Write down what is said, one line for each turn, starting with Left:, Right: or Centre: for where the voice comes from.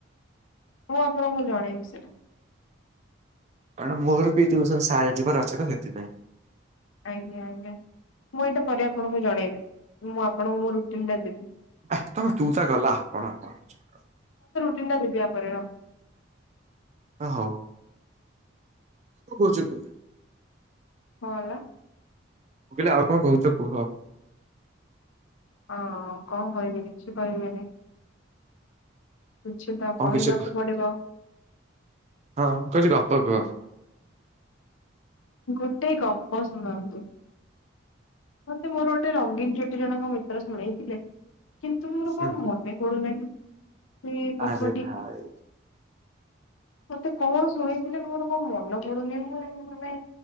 Left: ମୁଁ ଆପଣଙ୍କୁ ଜଣେଇବି ସେଟା।
Right: କାରଣ ମୋର ବି ଟିଉସନ ସାର ଏଥିପାର ଅଛିତ ସେଥିପାଇଁ।
Left: ଆଜ୍ଞା ଆଜ୍ଞା ମୁଁ ଏଇଟା ପରେ ଆପଣଙ୍କୁ ଜଣେଇବି ମୁଁ ଆପଣଙ୍କୁ ମୋ ରୁଟିନ ଟା ଦେବି।
Right: ଏ ତମେ ତୁତା କଲ ଆପଣ ଆପଣ ହଉଚ
Left: ତେଣ୍ଡା ଦେବୀ ଆପରେ ରହ।
Right: ହ ହଉ କ କହୁଚ କି?
Left: କଁ ହେଲା?
Right: ମୁଁ କଇଲି ଆଉ କଣ କହୁଚ କୁହ?
Left: ହଁ କଣ କହିବି କିଛି କହିବିନି। କିଛି ତ
Right: କଣ
Left: କହିବାକୁ
Right: କିଛି କହ
Left: ପଡିବ?
Right: ହଁ କହୁଚି ଗପ କୁହ।
Left: ଗୋଟେ ଗପ ଶୁଣନ୍ତୁ। ମୋତେ ମୋର ଗୋଟେ ରଙ୍ଗୀନ ଚୁଟି ଜଣକ ମିତ୍ର ଶୁଣେଇଥିଲେ। କିନ୍ତୁ ମୋର କଣ
Right: ହୁଁ।
Left: ମନେ ପଢୁନାହି ସେଇ ଗପଟି?
Right: ଆରେ ଭାଇ
Left: ମତେ କଣ ଶୁଣେଇଥିଲେ ମୋର କଣ ମନ ପଡୁନି ମୁଁ ମାନେ